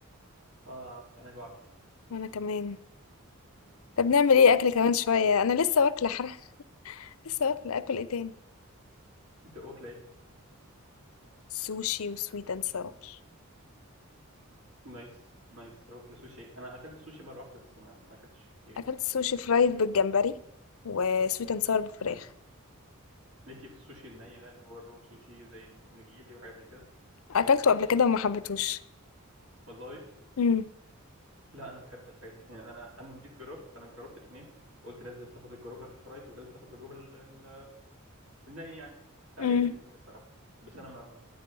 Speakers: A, on the right (about 70°); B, on the left (about 70°).
A: اخ انا جعت
B: وانا كمان طب نعمل ايه اكل كمان شوية انا لسه واكلة حرام لسه واكلة اكل ايه تاني
A: انت واكله ايه
B: سوشي وسويت اند ساور
A: نايس نايس واكله سوشي انا اكلت سوشي مره واحده بس ما ما اكلتش كتير
B: اكلت
A: يعني
B: سوشي فرايد بالجمبري وسويت اند ساور بالفراخ
A: حلو ليكي في السوشي الني ده اللي هو الرو سوشي زي النجيري وحاجات زي كده
B: اكلته قبل كده وما حبيتهوش
A: والله
B: امم
A: لا انا بحب الحاجات دي يعني انا انا لما جيت جربت انا جربت الاثنين قلت لازم تاخد التجربه الفرايد ولازم تاخد التجربه ال- ال- الني يعني فعجبني
B: امم
A: الاثنين الصراحه بس انا ما ما